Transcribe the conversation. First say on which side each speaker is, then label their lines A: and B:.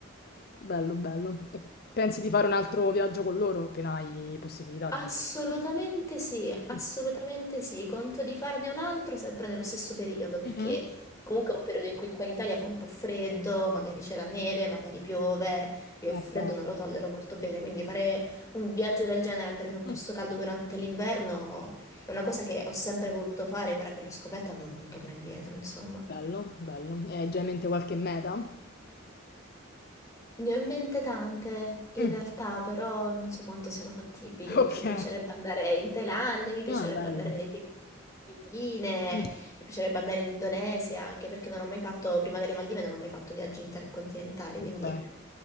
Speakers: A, on the left (about 45°); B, on the left (about 15°).
A: Bello, bello. E pensi di fare un altro viaggio con loro appena hai possibilità
B: Assolutamente
A: di...
B: sì, assolutamente
A: Mm.
B: sì. Conto di farne un altro sempre nello stesso periodo, perché
A: Mhm.
B: comunque è un periodo in cui qua in Italia fa un po' freddo, magari c'è la neve, magari piove. Io
A: Ok.
B: il freddo non lo tollero molto bene, quindi fare un viaggio del genere, andare in un posto
A: Mm.
B: caldo durante l'inverno, è una cosa che ho sempre voluto fare, ora che l'ho scoperta non torno indietro, insomma.
A: Bello, bello. E hai già in mente qualche meta?
B: Ne ho in mente tante, in
A: Mm.
B: realtà, però non so quanto siano fattibili.
A: Ok.
B: Cioè, mi piacerebbe andare in Thailandia, mi piacerebbe
A: Ah, bello.
B: andare nelle Filippine,
A: Mm.
B: mi piacerebbe andare in Indonesia, anche perché non ho mai fatto, prima delle Maldive, non ho mai fatto viaggi intercontinentali,
A: Ok.
B: quindi